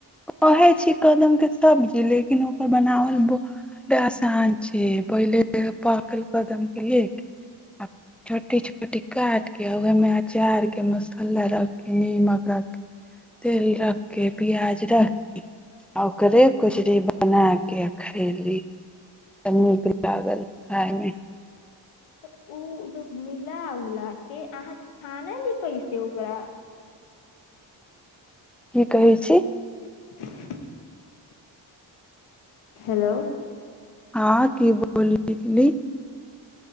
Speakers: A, in the centre; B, on the left.
A: कहै छै कदम के सब्जी लेकिन ओकर बनावल बड आसान छै पहिले पाकल कदम के ले के आ छोटी छोटी काट के ओहा मे अचार के मसाला रख के नीमक रख तेल रख केे प्याज रख के आ ओकरे कचरी बना के आ खैली त नीक लागल खायमे
B: तऽ ओ जब मिला उला के अहाँ छानेली कैसे ओकरा
A: की कहै छी
B: <inaudible> हेलो
A: हाँ की बोले लगली